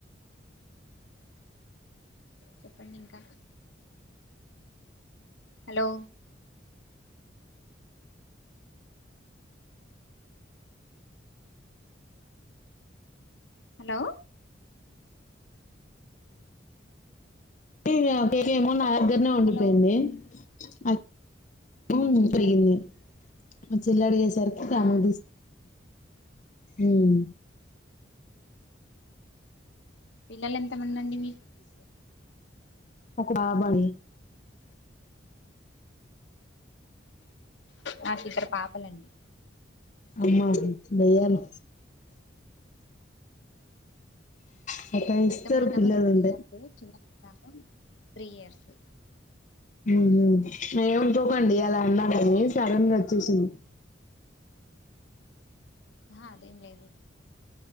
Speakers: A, on the left; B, on the left.
A: చెప్పండి ఇంకా హలో హలో
B: ఇగ పెకె ఏమో నా దగ్గరనే ఉండిపోయింది
A: హలో
B: అప్ ఓ అడిగింది మా చెల్లి అడిగేస్ సరికి
A: ఆ
B: ఆమెకి తీస్ ఉమ్
A: పిల్లలు ఎంతమంది అండి మీక్
B: ఒక ఆబాయి
A: నాకు ఇద్దరు పాపలండి
B: అమ్మబు బెయ్యలే సతాయిస్తారు
A: పెద్ద అమ్మాయ్ కేమో
B: పిల్లలుంటే
A: సిక్స్ ఇయర్స్ చిన్న మయ్ కేమో త్రీ ఇయర్స్
B: ఉ ఉ ఏమనుకోకండి అలా అన్నానని సడన్గా వచ్చేసింది
A: ఆ అదేం లేదు